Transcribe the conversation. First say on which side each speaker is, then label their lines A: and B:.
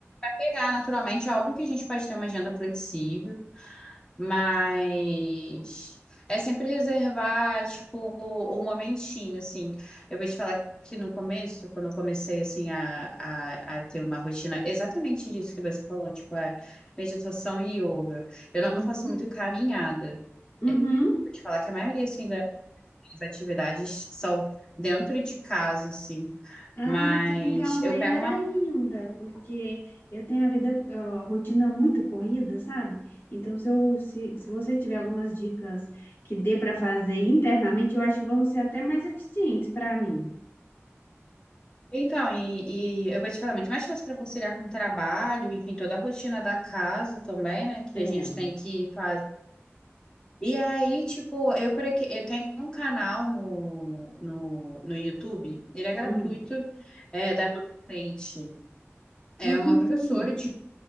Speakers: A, on the left (about 20°); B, on the left (about 50°).
A: pegar naturalmente, é óbvio que a gente pode ter uma agenda flexível, Mas é sempre reservar, tipo, um momentinho, assim. Eu vou te falar que no começo, quando eu comecei, assim, a, a, a ter uma rotina exatamente disso que você falou, tipo, é meditação e yoga. Eu não
B: uhum,
A: faço muito caminhada.
B: uhum.
A: É, Vou te falar que a maioria, assim, das minhas atividades são dentro de casa, assim.
B: Ai,
A: Mas
B: que legal, melhor
A: eu pego uma
B: ainda, porque eu tenho a vida, a rotina muito corrida, sabe? Então, se, eu, se, se você tiver algumas dicas que dê para fazer internamente, eu acho que vão ser até mais eficientes para mim.
A: Então, e, e eu vou te falar, muito mais fácil para conciliar com o trabalho, enfim, toda a rotina da casa também, né? Que
B: É.
A: a gente tem que fazer. E aí, tipo, eu por aqui, eu tenho um canal no, no, no YouTube, ele é gratuito,
B: Hum.
A: é da Leite. É
B: Hum.
A: uma professora de